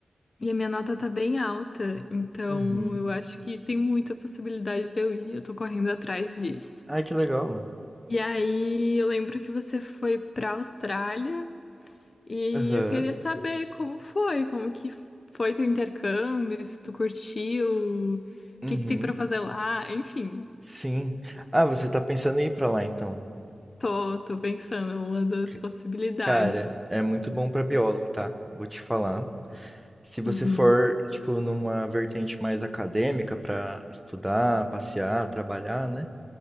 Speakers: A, on the left (about 40°); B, in the centre.
A: e a minha nota tá bem alta, então
B: Uhum.
A: eu acho que tem muita possibilidade de eu ir, eu tô correndo atrás disso.
B: Ai, que legal.
A: E aí eu lembro que você foi para Austrália. E
B: Aham,
A: eu queria saber como foi, como que foi teu intercâmbio, se tu curtiu, o
B: uhum,
A: que que tem pra fazer lá, enfim.
B: sim. Ah, você tá pensando em ir pra lá, então.
A: Tô, tô pensando, é uma das
B: C-
A: possibilidades.
B: Cara, é muito bom pra biólogo, tá? Vou te falar. Se você
A: Uhum,
B: for, tipo, numa vertente mais acadêmica pra estudar, passear, trabalhar, né?